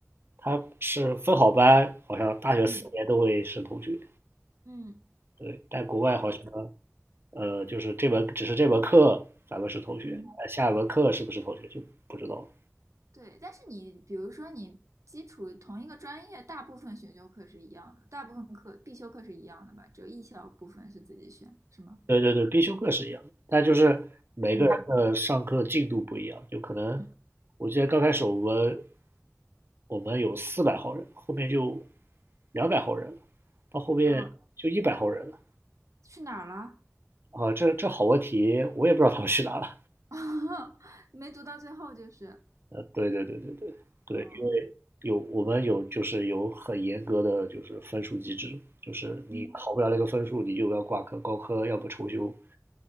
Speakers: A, on the right (about 45°); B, on the right (about 75°).
A: 他是分好班，好像大学四年都会是同学。
B: 嗯嗯，
A: 对，但国外好像
B: 对
A: 呃，就是这门只是这门课咱们是同学，
B: 嗯，
A: 但下一门课是不是同学就不知道了。
B: 对，但是你比如说你基础同一个专业，大部分选修课是一样的，大部分课必修课是一样的吧？只有一小部分是自己选，是吗？
A: 对对对，必修课是一样的，但就是每个人的上课进度不一样，
B: 嗯，
A: 就可能
B: 嗯，
A: 我记得刚开始我们我们有四百号人，后面就两百号人了，到后面就一百号人了。
B: 哦，去哪儿了？
A: 啊，这这好问题，我也不知道他们去哪了。
B: <laughs> 没读到最后就是，
A: 呃，对对对对对对，
B: 哦
A: 因为有我们有就是有很严格的就是分数机制，就是你考不了那个分数，
B: 嗯，
A: 你就要挂科、高科，要么重修，